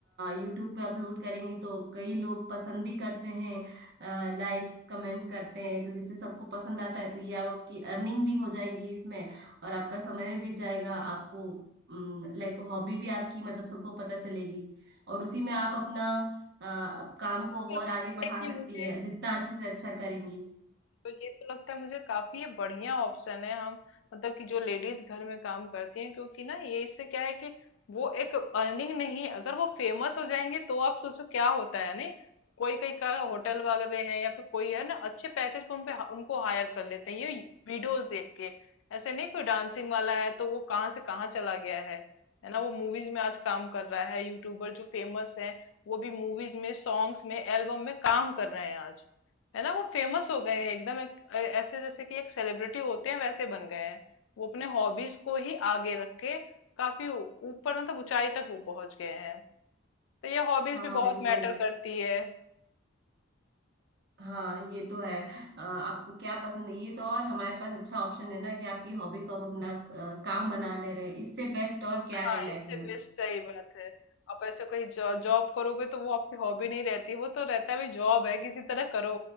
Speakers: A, on the right; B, on the left.
A: यूट्यूब पे अपलोड करेंगी तो कई लोग पसंद भी करते हैं लाइक्स कमेंट करते हैं तो जिससे सबको पसंद आता है तो ये आपकी अर्निंग भी हो जाएगी इसमें और आपका समय भी बीत जाएगा आपको लाइक हॉबी भी आपकी मतलब सबको पता चलेगी और उसी में आप अपना अ, अप- काम को
B: तो लगता
A: और आगे बढ़ा
B: है कि
A: सकती
B: मुझे
A: है जितना अच्छे से अच्छा करेंगी
B: तो ये तो लगता है मुझे काफी ये बढ़िया ऑप्शन है हम मतलब कि जो लेडीज घर में काम करती हैं क्योंकि ना ये इससे क्या है कि वो एक अर्निंग नहीं है अगर वो फेमस हो जाएंगे तो आप सोचो क्या होता है नहीं कोई कोई का होटल वगैरह है या फिर कोई है ना अच्छे पैकेज पर उनपे उनको हायर कर लेते हैं ये वीडियोस देख के ऐसे नहीं कोई डांसिंग वाला है तो वो कहाँ से कहाँ चला गया है है ना वो मूवीज में आज काम कर रहा है यूट्यूबर जो फेमस है वो भी मूवीज में सॉन्ग्स में एल्बम में काम कर रहे हैं आज है ना वो फेमस हो गए हैं एकदम एक, अ, ऐसे जैसे कि एक सेलिब्रिटी होते हैं वैसे बन गए हैं वो अपने हॉबीज को ही आगे रख के काफी ऊ- ऊपर मतलब ऊंचाई तक वो पहुंच गए हैं तो ये हॉबीज
A: हाँ
B: भी बहुत
A: बिल्कुल
B: मैटर करती है
A: हाँ ये तो है अ, आपको क्या पसंद है ये तो और हमारे पास अच्छा ऑप्शन है ना कि आपकी हॉबी को आप अपना अ, काम बना ले रहे हैं इससे बेस्ट और क्या
B: हाँ
A: है लाइफ
B: इससे
A: में
B: बेस्ट सही बात है आप ऐसे कोई जॉ, जॉब करोगे तो वो आपकी हॉबी नहीं रहती वो तो रहता है भाई जॉब है किसी तरह करो